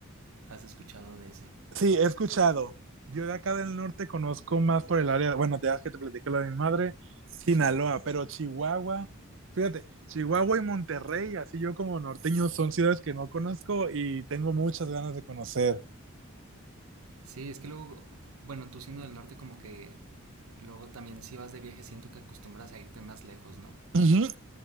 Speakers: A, on the right; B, on the right.
A: has escuchado de ese.
B: Sí, he escuchado. Yo de acá del norte conozco más por el área, bueno, te das que te platiqué lo de mi madre, Sinaloa,
A: Sí,
B: pero Chihuahua, fíjate, Chihuahua y Monterrey, así yo como norteño, son ciudades que no conozco y tengo muchas ganas de conocer.
A: sí, es que luego, bueno, tú siendo del norte como que luego también si vas de viaje siento que acostumbras a irte más lejos, ¿no?
B: Ujú.